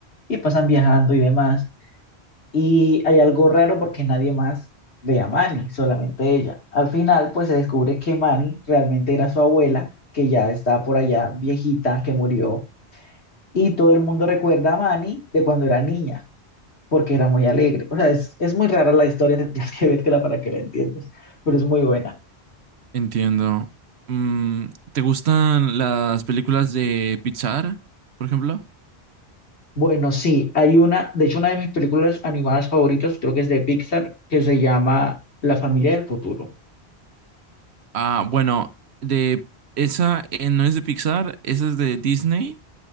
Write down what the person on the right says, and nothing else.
Entiendo. Mm, ¿te gustan las películas de Pixar, por ejemplo?
Ah, bueno, de esa eh, no es de Pixar, esa es de Disney,